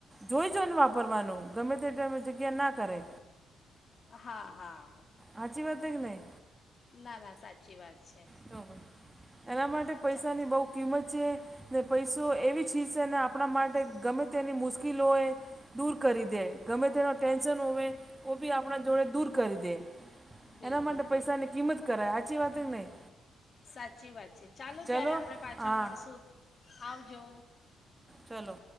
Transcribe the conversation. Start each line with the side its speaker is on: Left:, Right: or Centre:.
Right: જોઈ જોઈને વાપરવાનું ગમે તે જગ્યાએ ના કરે.
Left: હા હા
Right: હાચી વાત કે નઈ?
Left: ના ના સાચી વાત છે.
Right: બરોબર એના માટે પૈસાની
Left: ચા
Right: બહુ કિંમત છે ને પૈસો એવી ચીજ છે ને આપણા માટે ગમે તેની મુશ્કેલો હોય. દૂર કરી દે ગમે તેનો ટેન્શન હોવે ઓ બી આપણા જોડે દૂર કરી દે
Left: બિલકુલ
Right: એના માટે
Left: બિલકુલ
Right: પૈસાની કિંમત કરાય સાચી વાત કે નહીં
Left: સાચી વાત છે ચાલો
Right: ચલો
Left: ત્યારે આપડે પાછા
Right: હા
Left: મળશુ આવજો..
Right: ચાલો